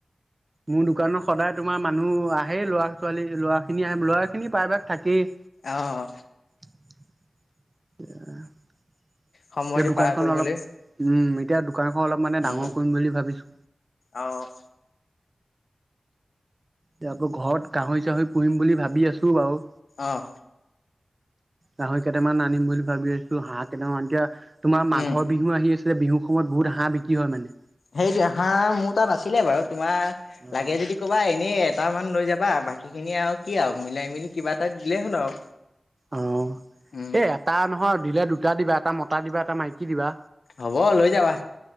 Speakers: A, on the right; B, on the left.
A: মোৰ দোকানত সদায় তোমাৰ মানুহ আহেই ল'ৰা ছোৱালী ল'ৰাখিনি আহে ল'ৰাখিনি প্ৰায়ভাগ থাকেই
B: আহ
A: এ <inaudible>
B: সময়টো
A: এতিয়া দোকানখন
B: পাৰ কৰিবলৈ
A: অলপ উম এতিয়া দোকানখন অলপ মানে ডাঙৰ
B: উম
A: কৰিম বুলি ভাবিছো।
B: অ',
A: তাপা ঘৰত গাহৰি চাহৰি পুহিম বুলি ভাবি আছো বাৰু
B: অঁ
A: গাহৰি কেইটামান আনিম বুলি ভাবি আছো হাঁহ কেইটামান এতিয়া তোমাৰ মাঘৰ
B: উম
A: বিহু আহি আছে। বিহু সময়ত বহুত হাঁহ বিক্ৰী হয় মানে।
B: সেইটোৱে হাঁহ মোৰ তাত আছিলে বাৰু তোমাৰ
A: অ',
B: লাগে যদি ক'বা এনেই এটা মান লৈ যাবা বাকী খিনি আৰু কি আৰু মিলাই মেলি কিবা এটা দিলেই হ'ল আৰু
A: অ
B: উম
A: এটা নহয় দিলে দুটা দিবা এটা মতা মতা দিবা এটা মাইকী দিবা।
B: হ'ব লৈ যাবা